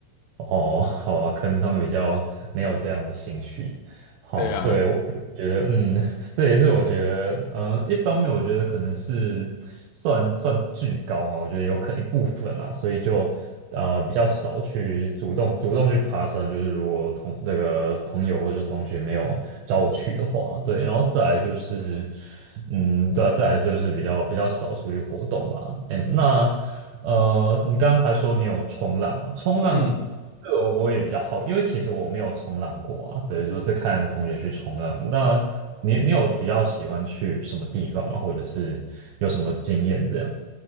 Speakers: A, on the right; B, on the left.
A: 哦，<laughs> 好啊，可能他们比较没有这样的兴趣。好，
B: 对啊，
A: 对，我觉得，嗯，<laughs> 这也是我觉得，嗯，一方面我觉得可能是算算巨高嘛，我觉得有可能一部分啦，所以就呃比较少去主动主动去爬山，就是如果同这个朋友或是同学没有找我去的话，对，然后再来就是，嗯，对啊，再来就是比较比较少出去活动吧。哎，那呃，你刚刚还说你有冲浪啊，冲浪。
B: 嗯，
A: 这个我也比较好，因为其实我没有冲浪过啊，对，就是看同学去冲浪。那你你有比较喜欢去什么地方吗？或者是有什么经验这样？